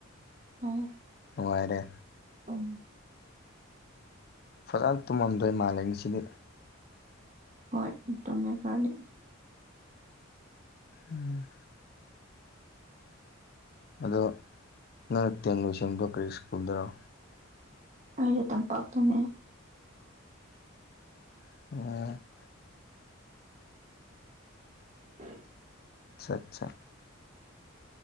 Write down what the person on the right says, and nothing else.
ꯌꯥꯔꯦ
ꯑꯝ
ꯍꯣꯏ ꯇꯨꯝꯃꯦ ꯐꯔꯗꯤ
ꯑꯩꯗꯤ ꯇꯝꯄꯥꯛꯇꯅꯦ
<inaudible>